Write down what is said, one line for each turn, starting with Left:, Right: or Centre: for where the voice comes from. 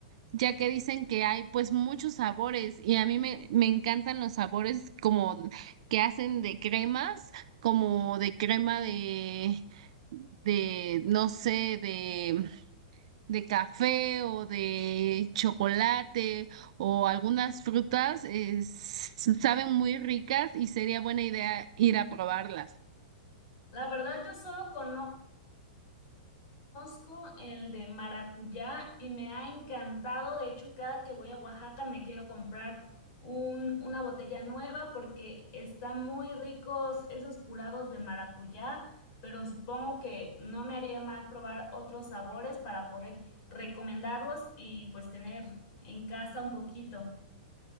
Right: ya que dicen que hay pues muchos sabores y a mí me, me encantan los sabores como que hacen de cremas, como de crema de de, no sé, de, de café o de chocolate o algunas frutas, es- saben muy ricas y sería buena idea ir a probarlas.
Left: La verdad, yo solo conozco Conozco el de maracuyá y me ha encantado. De hecho, cada que voy a Oaxaca me quiero comprar un, una botella nueva porque están muy ricos esos curados de maracuyá, pero supongo que no me haría mal probar otros sabores para poder recomendarlos y pues tener en casa un poquito.